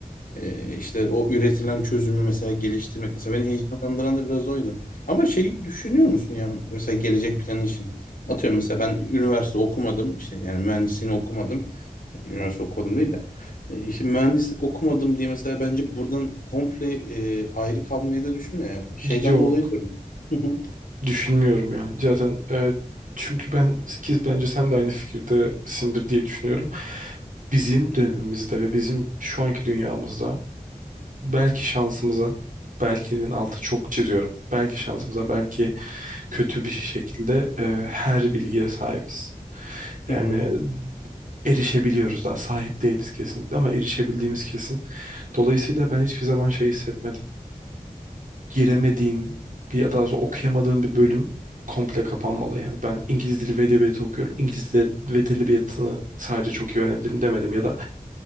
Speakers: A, on the left; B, on the right.
A: Ee, işte o üretilen çözümü mesela geliştirmek. Mesela beni heyecanlandıran da biraz oydu. Ama şey düşünüyor musun ya mesela gelecek planı için? Atıyorum mesela ben üniversite okumadım. işte yani mühendisliğini okumadım. Yani üniversite okumadım değil de. Ee, işte mühendislik okumadım diye mesela bence buradan komple e, ayrı kalmayı da düşünmüyor ya. Şeyden
B: Yok.
A: dolayı diyorum. Hı hı.
B: Düşünmüyorum ya. Zaten e, çünkü ben ki bence sen de aynı fikirdesindir diye düşünüyorum. Bizim dönemimizde ve bizim şu anki dünyamızda belki şansımıza belkinin altı çok çiziyorum. Belki şansımıza belki kötü bir şekilde e, her bilgiye sahibiz. Yani
A: Hı hı.
B: erişebiliyoruz daha sahip değiliz kesinlikle ama erişebildiğimiz kesin. Dolayısıyla ben hiçbir zaman şey hissetmedim giremediğim bir ya da okuyamadığım bir bölüm komple kapanmalı. Yani ben İngiliz dili ve edebiyatı okuyorum. İngiliz dili ve edebiyatını sadece çok iyi öğrenebilirim demedim ya da